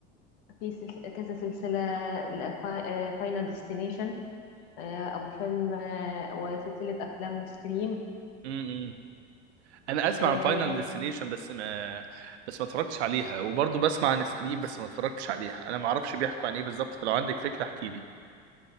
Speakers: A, on the left; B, on the right.
A: في سلس... كذا سلسلة ل- فا- آه، فاينل ديستنيشن آه، أبو فيلم آه، وسلسلة أفلام سكريم
B: امم انا اسمع
A: آه،
B: عن فاينل ديستنيشن بس ما بس ما اتفرجتش عليها وبرضه بسمع عن سكريم بس ما اتفرجتش عليها انا ما اعرفش بيحكوا عن ايه بالظبط فلو عندك فكرة احكي لي